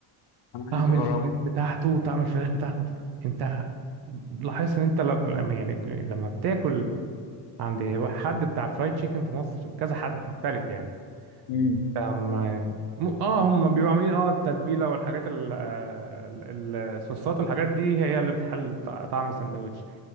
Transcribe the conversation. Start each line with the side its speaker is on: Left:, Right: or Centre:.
Left: انا
Right: طعم
Left: عايز اجربه
Right: الفراخ بتاعته طعم الفراخ بتاعته انت لاحظت ان انت لما لما- يعني لما بتاكل عند حد بتاع فرايد تشيكن في مصر كذا حد مختلف يعني
Left: امم
Right: أما م- اه هم بيبقوا عاملين اه التتبيله والحاجات ال- آه، ال- الصوصات والحاجات دي هي هي اللي بتحل طع- طعم السندوتش